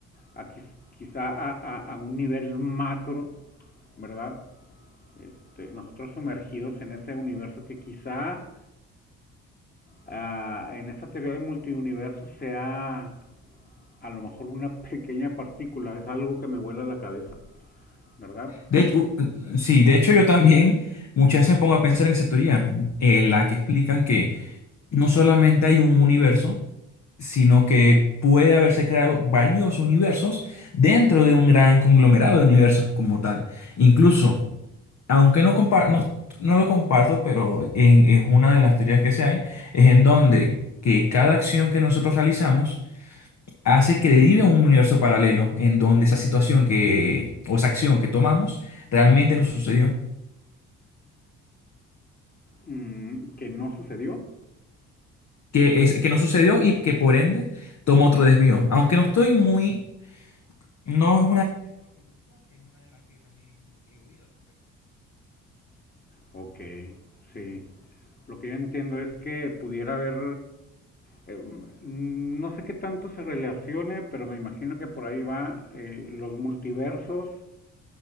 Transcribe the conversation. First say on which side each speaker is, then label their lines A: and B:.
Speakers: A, on the left (about 25°); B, on the left (about 45°).
A: a quizá a, a- a un nivel macro, ¿verdad? Este, nosotros sumergidos en ese universo que quizá ah, en esa teoría de multiuniverso sea a lo mejor una pequeña partícula, es algo que me vuela la cabeza, ¿verdad?
B: De hecho, u- sí, de hecho yo también muchas veces me pongo a pensar en esa teoría, en la que explican que no solamente hay un universo, sino que puede haberse creado varios universos dentro de un gran conglomerado de universos como tal. Incluso, aunque no, compa- no, no lo comparto, pero en- es una de las teorías que se hay, es en donde que cada acción que nosotros realizamos hace que derive a un universo paralelo en donde esa situación que, o esa acción que tomamos realmente nos sucedió.
A: Mm, que no sucedió.
B: Que, es, que nos sucedió y que por ende tomó otro desvío. Aunque no estoy muy... No es
A: Ok, sí. Lo que yo entiendo es que pudiera haber, eh, mm, no sé qué tanto se relacione, pero me imagino que por ahí va eh, los multiversos.